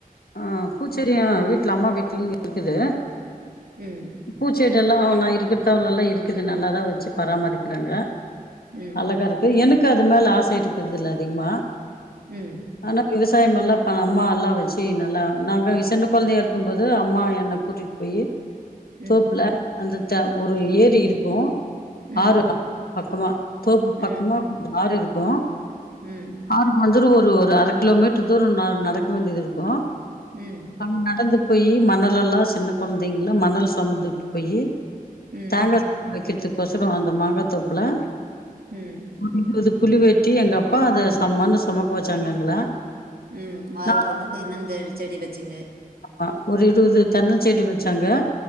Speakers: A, on the left (about 85°); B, on the right (about 80°).
A: ஆ பூச்செடி வீட்ல அம்மா வீட்லயு இருக்குது
B: ம்
A: பூச்செடி எல்லா நா இருக்கிற தவல்லல இருக்குது நல்லாதா வெச்சு பராமரிக்கிறாங்க
B: ம்
A: அழகா இருக்கு எனக்கு அது மேல ஆசை இருக்கிறது இல்ல அதிகமா
B: ம்
A: ஆனா விவசாயம் எல்லா இப்ப அம்மா எல்லா வெச்சு நல்லா நாங்க சின்ன கொழந்தையா இருக்கும்போது அம்மா என்ன கூட்டிட் போய்
B: ம்
A: தோப்புல அந்த த ஒரு ஏரி இருக்கு
B: ம்
A: ஆறு பக் பக்கமா தோப்பு
B: ம்
A: பக்கமா <inaudible> ஆறு இருக்கு
B: ம்
A: ஆறுக்கு வந்து ஒரு ஒரு அர கிலோ மீட்ரு தூரோ நா நடக்க வேண்டியது இருக்கு
B: ம்
A: நா நடந்து போயி மணலெல்லா சின்ன கொழந்தைங்லா மணல் சொமந்துட்டு போயி
B: ம்
A: தேங்கா வெக்கிறதுக் கொசரோ அந்த மாங்காத்தோப்ல
B: ம்
A: <inaudible> குழி வெட்டி எங்கப்பா அத சம் மண்ணு சொமக்க வெச்சாங்க எங்கள
B: ம் வாறிட்டு
A: நா
B: வந்து தென்னந்தே செடி வெச்சிங்க
A: ஆ ஒரு இருவது தென்ன செடி வெச்சாங்க